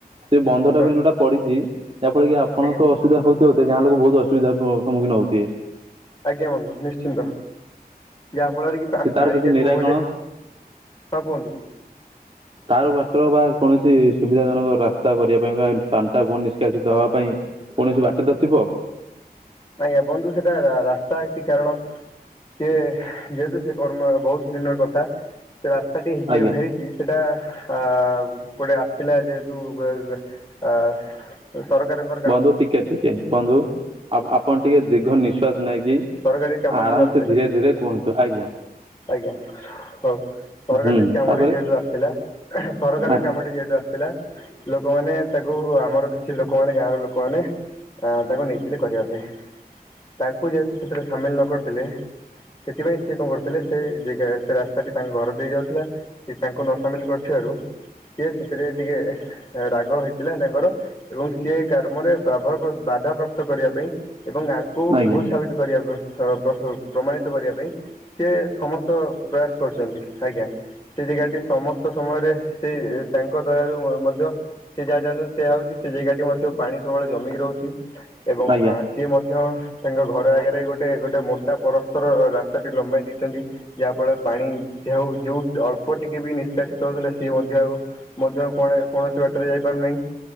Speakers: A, on the right (about 35°); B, on the left (about 20°).
A: ସେ ବନ୍ଧଟା
B: ହଁ
A: ବିରେ ଯୋଉଟା ପଡ଼ିଚି ଯାହା ଫଳ କି ଆପଣ
B: ଆଜ୍ଞା
A: ତ ଅସୁବିଧା ହୋଉଥିବ ଗାଁଆ ଲୋକ ବୋହୁତ ଅସୁବିଧା ସମ୍ମଖୀନ ହୋଉଥିବେ।
B: ଆଜ୍ଞା, ବନ୍ଧୁ ନିଶ୍ଚିନ୍ତ ଯାହା ଫଳରେ କି ତ
A: ସେ
B: ଆମ
A: ତାର
B: ପାଣିଟା
A: କିଛି
B: କୋଉ
A: ନିରାକରଣ
B: ବାଟେ ହଁ କୁହନ୍ତୁ।
A: ତାର ୱଟର ବା କୌଣସି ସୁବିଧାଜନକ ରାସ୍ତା କରିବା ପାଇଁ ବା ପାଣିଟା କୁଆଡେ ନିଷ୍କାସିତ ହବା ପାଇଁ କୌଣସି ବାଟ ତଥିବ?
B: ନାଇଁ ଆ ବନ୍ଧୁ ସେଟା ରା ରାସ୍ତା ହେଇଛି କାରଣ ସେ ଯେହେତୁ ସେ କର୍ମ ବହୁତ୍ ଦିନର କଥା ସେ ରାସ୍ତାଟି ଯଉ
A: ଆଜ୍ଞା
B: ହେଇଛି। ସେଟା ଆ ଗୋଟେ ଆସିଥିଲା ଯେହେତୁ ବେ <unintelligible> ସରକାରଙ୍କର
A: ବନ୍ଧୁ ଟିକେ ଟିକେ ବନ୍ଧୁ ଆ ଆପଣ ଟିକେ ଦୀର୍ଘ ନିଶ୍ୱାସ ନେଇ କି
B: ସରକାରୀ କାମରେ
A: ଆରାମ
B: ଯୋଉ ଆସିଥିଲେ
A: ସେ ଧୀରେ ଧୀରେ କୁହନ୍ତୁ ଆଜ୍ଞା।
B: ଆଜ୍ଞା ହଉ ସରକାର
A: ହୁଁ
B: ଟି କାମଟି
A: ତାପରେ
B: ଯେହେତୁ
A: ହୁଁ
B: ଆସିଥିଲା ସରକାର
A: ଆଜ୍ଞା
B: କାମଟି ଯେହେତୁ ଆସି ଥିଲା ଲୋକମାନେ ତାକୁ ଆମର କିଛି ଲୋକ ମାନେ ଗାଁ ର ଲୋକମାନେ ଆ ତାକୁ ନେଇଥିଲେ କରିବା ପାଇଁ। ତାଙ୍କୁ ଯେହେତୁ ସେଥିରେ ସାମିଲ୍ ନ କରିଥିଲେ ସେଥିପାଇଁ ସେ କଣ କରିଥିଲେ ସେ ଜେଗା ସେ ରାସ୍ତା ଟି ତାଙ୍କ ଘର ଦେଇ ଯାଉଥିଲା ସେ ତାଙ୍କୁ ନ ସାମିଲ୍ କରି ଥିବାରୁ ସିଏ ସେଥିରେ ଟିକେ ରାଗ ହେଇଥିଲା ତାଙ୍କର ଏବଂ ସିଏ କର୍ମରେ ବାଧାପ୍ର ବାଧାପ୍ରାପ୍ତ କରିବା ପାଇଁ ଏବଂ ଆଙ୍କୁ
A: ଆଜ୍ଞା
B: ଭୁଲ୍
A: ଆଜ୍ଞା
B: ସାବିତ୍ କରିବା ପାଇଁ। <unintelligible> ପ୍ରମାଣିତ କରିବା ପାଇଁ ସିଏ ସମସ୍ତ ପ୍ରୟାସ କରୁଛନ୍ତି ଆଜ୍ଞା। ସେ ଜାଗାଟି ସମସ୍ତ ସମୟରେ ସେଇ ତାଙ୍କ ଦୟାରୁ ମଧ୍ୟ ସେ ଯାହା ଚାହୁଁ ଛନ୍ତି ସେଇଆ ହଉଛି ସେ ଜାଗା ଟି ମଧ୍ୟ ପାଣି ସବୁବେଳେ ଜମିକି ରହୁଛି ଏବଂ
A: ଆଜ୍ଞା
B: ସିଏ ମଧ୍ୟ ତାଙ୍କ ଘର ଆଗରେ ଗୋଟେ ଗୋଟ ମୋଟା ପରସ୍ତର ରାସ୍ତାଟି ଲମ୍ବାଇ ଦେଇଛନ୍ତି। ଯାହା ଫଳରେ ପାଣି ଯା ହଉ ଯୋଉ ଅଳ୍ପ ଟିକେ ବି ନିଷ୍କାସିତ ହଉଥିଲା ସିଏ ମଧ୍ୟ ଆଉ ମଧ୍ୟ କୁଆଡେ କୌଣସି ବାଟରେ ଯାଇପାରୁନାହିଁ